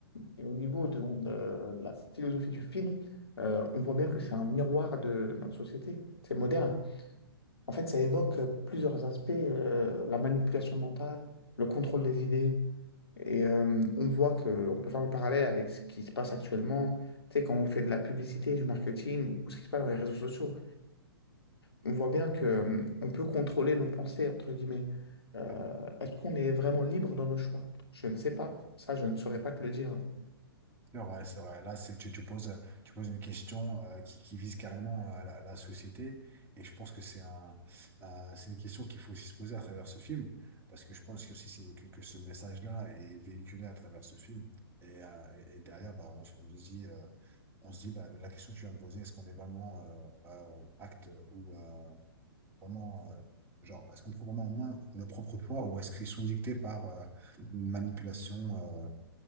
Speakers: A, on the left (about 80°); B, on the right (about 15°).
A: et au niveau de, de la philosophie du film, euh, on voit bien que c'est un miroir de notre société. C'est moderne. En fait, ça évoque euh, plusieurs aspects, euh, la manipulation mentale, le contrôle des idées. Et euh, on voit que on peut faire le parallèle avec ce qui se passe actuellement, tu sais, quand on fait de la publicité, du marketing ou ce qui se passe dans les réseaux sociaux on voit bien que euh, on peut contrôler nos pensées, entre guillemets. Euh,
B: ouais.
A: est-ce qu'on est vraiment libre dans nos choix? Je ne sais pas. Ça, je ne saurais pas te le dire. hein.
B: C'est vrai, c'est vrai. Là, c'est, tu, tu poses, tu poses une question euh, qui, qui vise carrément euh, la, la société. Et je pense que c'est un, euh, c'est une question qu'il faut aussi se poser à travers ce film. Parce que je pense que, aussi c'est, que, que ce message-là est véhiculé à travers ce film. Et, euh, et, et derrière, bah, on, se on se dit, euh, on se dit bah, la question que tu viens de poser, est-ce qu'on est vraiment euh, euh, acte ou euh, vraiment. euh, genre, est-ce qu'on prend vraiment en main nos propres choix ou est-ce qu'ils sont dictés par euh, une manipulation euh,